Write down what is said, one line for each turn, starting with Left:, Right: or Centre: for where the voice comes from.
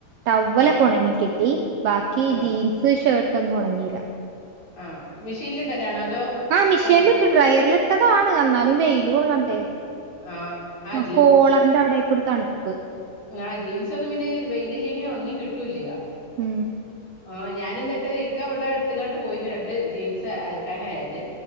Right: ടവ്വലക്കെ
Left: ആഹ്
Right: ഒണങ്ങി കിട്ടി ബാക്കി
Left: ആഹ്
Right: ജീൻസ് ഷർട്ട് ഒന്നും ഒണങ്ങില.
Left: ആഹ് മിഷീൻൽ ഇടലാണോ അതോ.
Right: ആഹ് മിഷീൻൽട്ട്
Left: കല്ല്
Right: ഡ്രയർൽട്ടതാണ് എന്നാലും വെയിൽ കൊള്ളണ്ടേ.
Left: ആഹ് ആഹ്
Right: ആ കോളർന്റെ അവ്ടേക്കരു തണപ്പ്.
Left: ആ ജീൻസൊന്നും പിന്നെ വെയിലിലെങ്കിൽ ഒണങ്ങി കിട്ടൂല്യ.
Right: ഉം
Left: ഓ ഞൻന്നട്ട് ഇക്ക ഇവടെ ഇട്ട്കാണ്ട് പോയിന്ന് രണ്ട് ജീൻസെ അൽക്കാനായത്